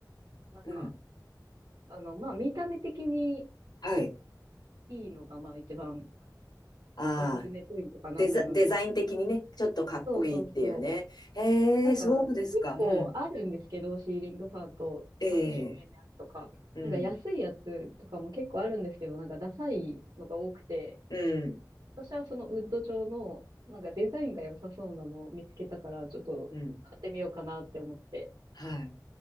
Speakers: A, on the right; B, on the left.
A: なんか、
B: うん。
A: あの、まあ、見た目的に
B: はい。
A: いいのが、まあ、一番
B: ああ、
A: おすすめポイントかなって思います。
B: デザ、デザイン的にね、ちょっとかっこいいっていうね。
A: そうそう。
B: へえ、
A: なんか、
B: そうですか。
A: 結構あるんですけど、
B: うん。
A: シーリングファンと、
B: ええ、
A: あの、照明のやつとか、
B: うん。
A: なんか安いやつとかも結構あるんですけど、なんかダサいのが多くて、
B: うん。
A: 私はそのウッド調の、なんかデザインが良さそうなのを見つけたから、ちょっと買ってみようかなって思って、
B: うん。はい。